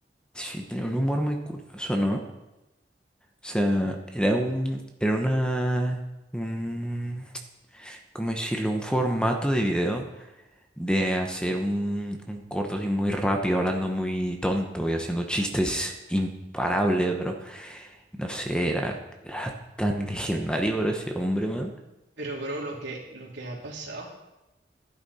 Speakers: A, in the centre; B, on the right.
A: Sí, tenía un humor muy curioso, ¿no? O sea, era un, era una, un, ¿cómo decirlo? Un formato de video de hacer un, un corto así muy rápido, hablando muy tonto y haciendo chistes imparables, bro. No sé, era, era tan legendario, bro, ese hombre, man.
B: Pero, bro, lo que, lo que ha pasado,